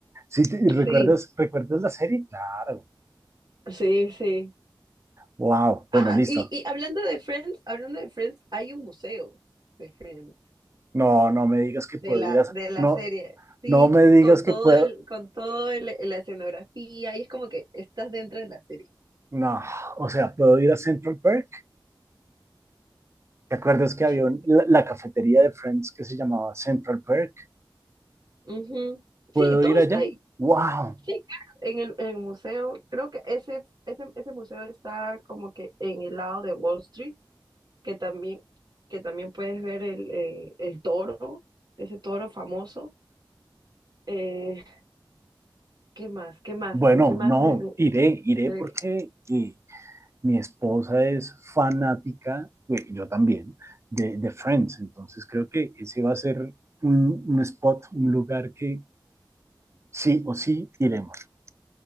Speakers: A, on the right; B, on the right.
A: ¿Sí te- y recuerdas,
B: Sí,
A: recuerdas la serie? Claro.
B: sí, sí.
A: Wow.
B: Ah,
A: Bueno, listo.
B: y, y hablando de Friends, hablando de Friends, hay un museo de Friends,
A: No, no me digas que puedo
B: de la,
A: ir a...
B: de la
A: No,
B: serie, sí,
A: no me digas
B: con todo
A: que puedo...
B: el, con todo el, la escenografía, y es como que estás dentro de la serie.
A: No, o sea, puedo ir a Central Park. ¿Te acuerdas que había
B: Sí,
A: un- la, la cafetería de Friends que se llamaba Central Park?
B: ujú. Sí,
A: ¿Puedo
B: todo
A: ir allá?
B: está ahí.
A: Wow.
B: Sí, claro, en el, en el museo, creo que ese, ese, ese museo está como que en el lado de Wall Street, que también, que también puedes ver el, eh, el toro, ese toro famoso. Eh, ¿qué más? ¿Qué más?
A: Bueno,
B: ¿De qué más?
A: no,
B: me- me-
A: iré, iré
B: Sí.
A: porque eh, mi esposa es fanática, yo también, de, de, Friends. Entonces creo que ese va a ser un, un, spot, un lugar que sí o sí iremos.